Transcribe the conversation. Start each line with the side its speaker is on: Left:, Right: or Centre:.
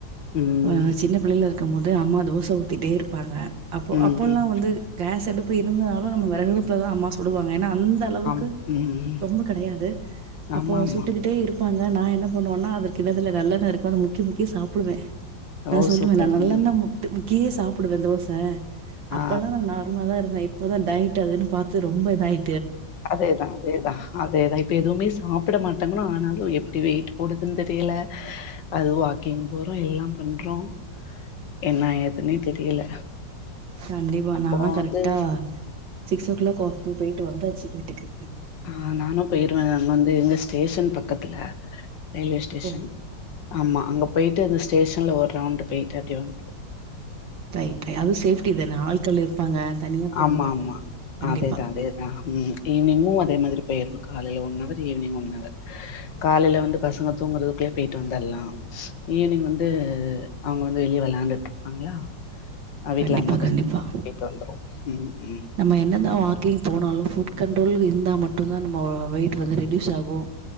Left: ம்
Right: ஆ சின்னப் பிள்ளைல க்கும்போது அம்மா தோசை ஊத்திட்டே இருப்பாங்க அப்போ
Left: ம்
Right: அப்போல்லாம்
Left: ம்
Right: வந்து கேஸ் அடு இப்ப இருந்தாலும் நம்ம வெரகடுப்புல தான் அம்மா சுடுவாங்க ஏன்னா அந்த அளவுக்கு
Left: ஆம் ம்
Right: ரொம்ப கெடையாது அப்போ
Left: ஆமா ஆமா
Right: சுட்டுக்கிட்டே இருப்பாங்க நான என் போண்ணோம்ன்னா அது கிண்ணத்த நல்லண்ணெருக்கும் அதை முக்கி முக்கி சாப்படுவேன்
Left: ஓ
Right: நான் சொல்லுவேன்
Left: சூப்பர்
Right: நான் நல்லெண்ணெ
Left: ம்
Right: முத் க்கிய சாப்டுவேன் தோசை அப்பல்லாம்
Left: ஆ
Right: நான நார்மலா தான் இருந்தேன் இப்தான் டயட் அதுன்னு பாத்து ரொம்ப இதாயு
Left: அதேதான் அதேதான் அதேதான் இப்ப எதுவுமே சாப்பட மாட்டாங்கன்னு ஆனாலும் எப்டி வெயிட் போடுதுனு தெரியல அது வாக்கிங் போறோம் எல்லாம் பண்றோம் என்னா ஏதுன்னே தெரியல
Right: கண்டிபா
Left: அப்போ
Right: நானா கரெக்டா
Left: வந்து
Right: சிக்ஸோ கிளாக் வாகிங் போயிட்டு வந்தாச்சு வீட்டுக்கு
Left: ஆ நானும் போயிருவேன் அங்க வந்து எங்க ஸ்டேஷன் பக்கத்துல ரயில்வே ஸ்டேஷன்
Right: ஓ
Left: ஆமா அங்க பேயிட்டு அந்த ஸ்டேஷன்ல ஒரு ரவுண்டு பேயிட்டு அப்டியே வந்தோம்
Right: ரைட் ரை அது சேஃப்டி தானே ஆள்கள் இருப்பாங்க தனியா போக
Left: ஆமாமா
Right: வேண்டா கண்டிப்பா
Left: அதேதான்அதேதான் ம் ஈவி்னிங்கும் அதே மாரி போயிட காலைல ஒன்னவர் ஈவினிங் ஒன்னவர் காலைல வந்து பசங்க தூங்குறதுக்குளயே போயிட்டு வந்துடலாம் ஈவினிங் வந்து அவங்க வந்து வெளிய விளையாண்டுட்டு இருப்பாங்களா அஹ் வீட்ல
Right: கண்டிப்பா
Left: அம்மாட்ட
Right: கண்டிப்பா
Left: சொல்லி போயிட்டு வந்துரு ம் ம்
Right: நம்ம என்னதான் வாக்கிங் போனாலும் ஃபுட் கண்ட்ரோலுக்கு இருந்தா மட்டும்தான் நம்ம வெயிட் வந்து ரெடியூஸ் ஆகும்